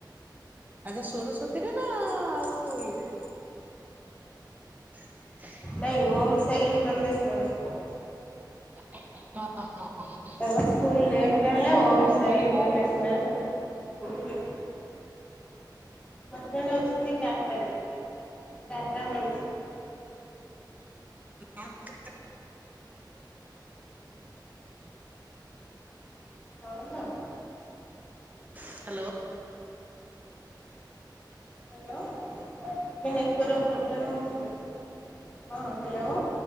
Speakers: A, on the right; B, on the left.
A: ଆଚ୍ଛା ସରସ୍ଵତୀ ରେ ନା ଆଉ କୋଉ ଇରେ? ହ <inaudible>
B: ନାଇଁ ଓମ୍ ସାଇ ଇଣ୍ଟରନିୟାସନାଲ ସ୍କୁଲ।
A: ହଁ <unintelligible>
B: ତାଙ୍କ ସ୍କୁଲ ନେମ ଟା ହେଲା ଓମ
A: ହଜବେଣ୍ଡ
B: ସାଇ ଇଣ୍ଟରନ୍ୟାସନାଲ।
A: କୋଉ
B: ହଜବେଣ୍ଡ ଅଛନ୍ତି ଟାଟାରେ ଟାଟା ମାଇସ।
A: ଆ <unintelligible>
B: ତରଙ୍ଗ, <inaudible>
A: ହ୍ୟାଲୋ।
B: ହଁ ହ୍ୟାଲୋ ନେଟୱର୍କ ପ୍ରୋବ୍ଲେମ ହଉଛି ବଧେ। ହଁ ହ୍ୟାଲୋ।